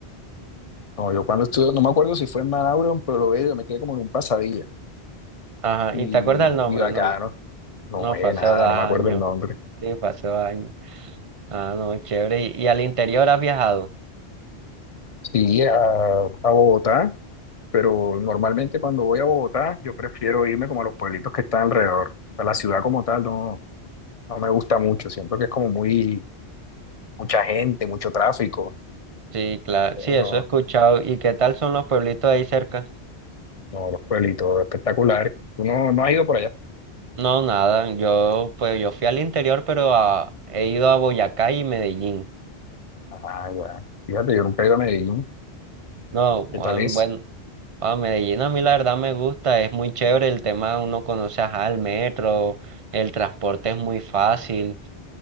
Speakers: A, on the left (about 50°); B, on the right (about 40°).
A: No, yo cuando estuve, no me acuerdo si fue en Manaure o en Pueblo Bello, me quedé como en un pasadilla.
B: Ajá,
A: Y,
B: ¿y te acuerdas el nombre?
A: y bacano.
B: No,
A: No,
B: no,
A: eh,
B: fue hace
A: nada,
B: dos años.
A: no me acuerdo el nombre.
B: Sí, fue hace dos años. Ah, no, chévere. ¿Y, y al interior has viajado?
A: Sí, a, a Bogotá, pero normalmente cuando voy a Bogotá, yo prefiero irme como a los pueblitos que están alrededor. A la ciudad como tal no, no me gusta mucho. Siento que es como muy, mucha gente, mucho tráfico.
B: Sí, claro.
A: Entonces,
B: Sí, eso
A: No,
B: he escuchado. ¿Y qué tal son los pueblitos ahí cerca?
A: no, los pueblitos espectaculares. ¿Tú no, no has ido por allá?
B: No, nada. Yo, pues, yo fui al interior, pero a- he ido a Boyacá y Medellín.
A: Ah, ya. Fíjate, yo nunca he ido a Medellín.
B: No, bueno,
A: ¿Qué tal es?
B: Ah, Medellín a mí la verdad me gusta, es muy chévere el tema, uno conoce ajá, el metro, el transporte es muy fácil,